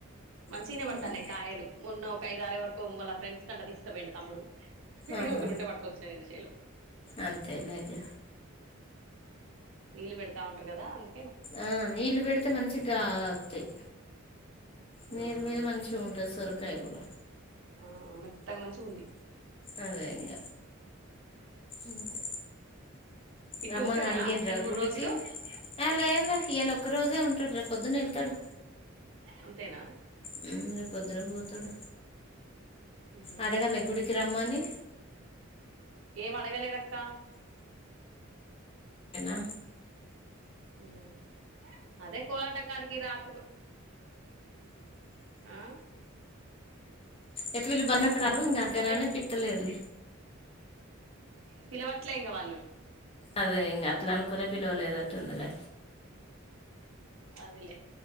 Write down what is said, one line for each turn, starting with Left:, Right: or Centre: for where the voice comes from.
Right: మంచిన
Left: ఏం
Right: పడతాన్నాయి కాయలు మొన్నొ ఒక ఐదారే వరకు ము ఫ్రెం కంట తీసుకపోండి తమ్ముడు
Left: ఆహా
Right: ఇ ఒకటి ఉండే పట్టుకొచ్చున ని శైలో
Left: అంతేలే ఇగ
Right: నీళ్ళ పెడతా ఉం కదా అందు
Left: ఆ నీళ్లు పెడితే మంచిగాస్తయి
Right: ఆ
Left: నీరు మీద
Right: అదే
Left: మంచిగా ఉంటది సొరకాయ కూడా
Right: ఆ మెత్తగ మంచిగుంది
Left: అదే ఇంగ అంతే
Right: కిట్టు
Left: రమ్మని
Right: ఉంటడా
Left: అడిగిండ్రా
Right: రెండు మూడు
Left: గుడకి
Right: రోజులు
Left: ఏ లేద్ర ఇయ్యాలోక్క రోజే ఉంటాడు రేప్ పొద్దునేళ్తాడు
Right: అంతేనా
Left: హు రేపు పొద్దున పోతడు
Right: ఉహు
Left: అడగలే గుడికి రమ్మని
Right: ఏం అడగలేదక్క
Left: అంతేనా
Right: మ్ అదే కోలాటం కాడికి రా కబ్ ఆ
Left: ఎట్ వెల్లి బన్నక్క రారు ఇంగ అక్కనైన
Right: అదే
Left: పిట్టలేదు
Right: పిలవట్లే ఇంగ వాళ్ళు
Left: అదే ఇంగ అట్లా అనుకునే పిలవలేదట్టుందిలే
Right: అదేలే